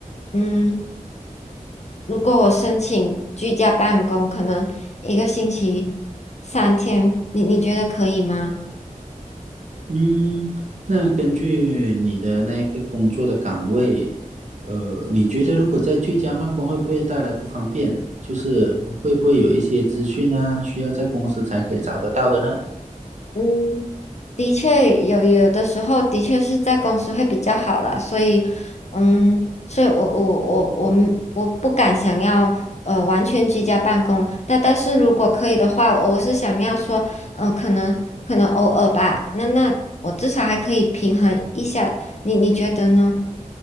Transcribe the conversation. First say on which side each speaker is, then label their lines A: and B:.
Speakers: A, on the left; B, on the right.
A: 嗯，如果我申请居家办公，可能一个星期三天，你你觉得可以吗？
B: 嗯，那根据你的那一个工作的岗位，呃，你觉得如果在居家办公会不会带来不方便？就是会不会有一些资讯啊，需要在公司才可以找得到的呢？
A: 嗯，的确有有的时候的确是在公司会比较好啦，所以，嗯，所以我我我我们我不敢想要呃完全居家办公，但但是如果可以的话，我是想要说，嗯、可能可能偶尔吧，那那我至少还可以平衡一下，你你觉得呢？